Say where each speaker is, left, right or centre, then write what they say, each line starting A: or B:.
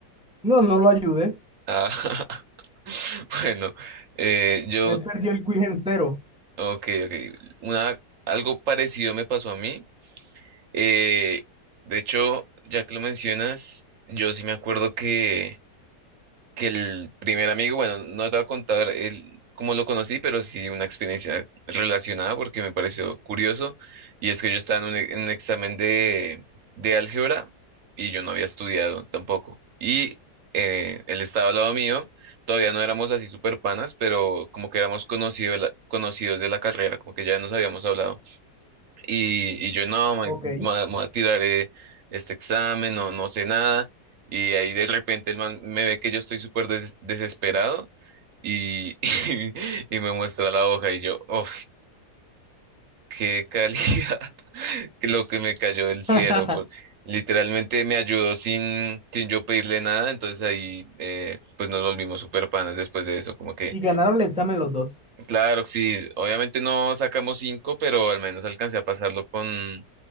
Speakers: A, in the centre; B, on the right (about 55°).
A: No, no lo ayudé.
B: Ah, <laughs> bueno, eh, yo,
A: Él perdió el quiz en cero.
B: ok, ok. Una, algo parecido me pasó a mí. Eh, de hecho, ya que lo mencionas, yo sí me acuerdo que, que el primer amigo, bueno, no te voy a contar el, cómo lo conocí, pero sí una experiencia relacionada porque me pareció curioso. Y es que yo estaba en un, e- en un examen de, de álgebra y yo no había estudiado tampoco. Y eh, él estaba al lado mío, todavía no éramos así super panas, pero como que éramos conocido de la- conocidos de la carrera, como que ya nos habíamos hablado. Y, y yo no, me,
A: Ok.
B: me- me voy a tirar eh, este examen, no, no sé nada. Y ahí de repente el man me ve que yo estoy súper des- desesperado y, <laughs> y, me muestra la hoja y yo, oh, qué calidad, <laughs> que lo que me cayó del cielo.
A: <laughs>
B: por- literalmente me ayudó sin, sin yo pedirle nada, entonces ahí eh, pues nos volvimos súper panas después de eso, como que,
A: Y ganaron el examen los dos.
B: claro, sí, obviamente no sacamos cinco, pero al menos alcancé a pasarlo con